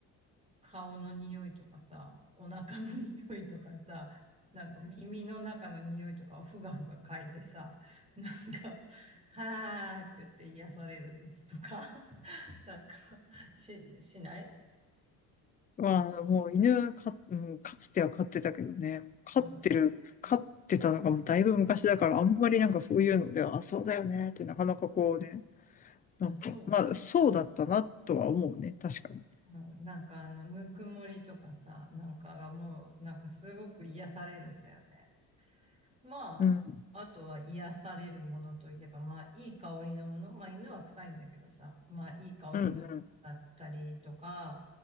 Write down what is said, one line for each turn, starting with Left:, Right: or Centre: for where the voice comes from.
Right: 顔の匂いとかさ、お腹の <laughs> 匂いとかさ、なんか耳の中の匂いとかをふがふが嗅いでさ、なんか、はーって言って癒されるとか、<laughs> なんか、し、しない
Left: まあ、もう犬か、うん、かつては飼ってたけどね、飼ってる、
Right: あ、
Left: 飼ってたのがもうだいぶ昔だから、あんまりなんかそういうのでは、あ、そうだよねってなかなかこうね、なんか、
Right: あ、そう。
Left: まあ、そうだったなとは思うね、確かに。
Right: うんなんかあの、ぬくもりとかさ、なんかがもう、なんかすごく癒されるんだよね。まあ、
Left: うん、
Right: あとは癒されるものといえば、まあ、いい香りのもの。まあ、犬は臭いんだけどさ、まあ、いい香りのものだったりとか、
Left: うん、うん、